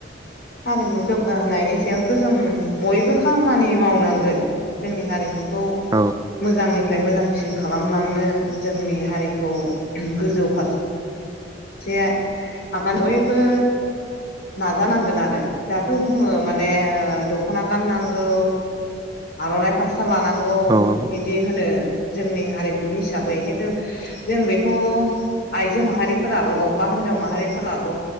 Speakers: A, on the left (about 60°); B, on the right (about 20°).
A: हारिमु जौगाहोनायनि सायावथ' जों बयबो खामानि मावनांगोन। जोंनि हारिमुखौ
B: औ
A: मोजांनिफ्राय मोजांसिन खालामलांनो जोंनि हारिखौ गोजौ फार से आगान बयबो नाजानांगोन आरो। दाथ' बुङो माने ओ दख'ना गाननांगौ आर'नाइ फार सा लानांगौ
B: औ आब' औ
A: इदि होनो। जोंनि हारिमु हिसाबै किन्थु जों बेखौ आइजो माहारिफोराल' बा होन जाव माहारिफोराल'